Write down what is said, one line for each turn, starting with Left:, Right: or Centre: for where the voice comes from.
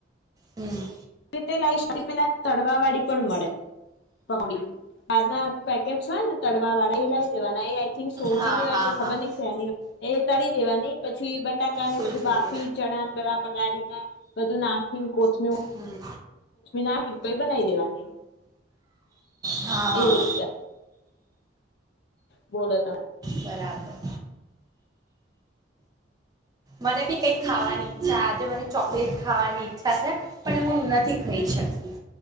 Right: હમ્મ.
Left: <unintelligible> તડવા વાળી પણ મળે <unintelligible> બાર ના પેકેટસ હોય ને તડવા વાળા એ લાય દેવાના. સોજી
Right: હા
Left: ની હોય
Right: હા
Left: કે ખબર
Right: હા
Left: નઈ સેની હોય એ તળ દેવાની પછી બટાકા
Right: સુજી
Left: ને બધું બાફી ચણા બણા પલાળીને બધું નાખીને કોથમ
Right: હમ
Left: નાખી ને પહિ બનાવી દેવાની
Right: હા
Left: એવી રીતે બોલોત
Right: બરાબર! મને બી કઈ ખાવાની ઈચ્છા, આજે મને ચોકલેટ ખાવાની ઈચ્છા છે. પણ હું નથી ખાઈ શકી